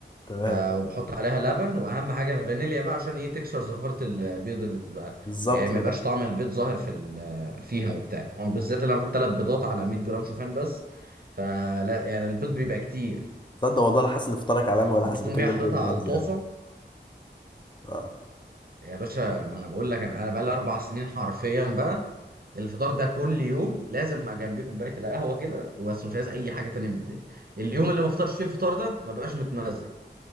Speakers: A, on the left; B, on the right.
A: تمام
B: ف... وبحط عليها لبن واهم حاجه فانيليا بقى عشان ايه تكسر زفاره البيض اللي بتبقى
A: بالظبط
B: يعني ما
A: كده
B: يبقاش طعم البيض ظاهر في ال... فيها وبتاع أو بالذات لما احط ثلاث بيضات على 100 جرام شوفان بس فلا يعني البيض بيبقى كتير
A: تصدق والله انا حاسس ان افطارك علامه ولا
B: وتقوم
A: حاسس بكلم
B: جاي حاططها
A: بيقول
B: على
A: نمزي
B: الطاسه
A: يعني ف...
B: يا باشا ما انا بقول لك انا انا بقى لي اربع سنين حرفيا بقى الفطار ده كل يوم لازم مع جنبيه كوبايه القهوه كده بس مش عايز اي حاجه تانية من الدنيا اليوم اللي ما افطرش فيه الفطار ده ما بقاش متمزج